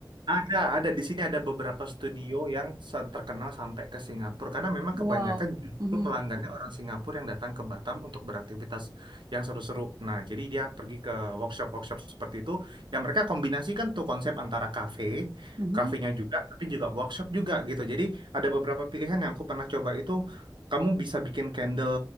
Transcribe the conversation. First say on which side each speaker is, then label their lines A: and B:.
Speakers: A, on the right; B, on the right.
A: Ada, ada di sini ada beberapa studio yang san- terkenal sampai ke Singapura karena memang
B: Wow.
A: kebanyakan justru
B: Mhm.
A: pelanggannya orang Singapura yang datang ke Batam untuk beraktivitas yang seru-seru. Nah, jadi dia pergi ke workshop-workshop seperti itu yang mereka kombinasikan tuh konsep antara kafe,
B: Mhm.
A: kafenya juga tapi juga workshop juga gitu. Jadi ada beberapa pilihan yang aku pernah coba itu kamu bisa bikin candle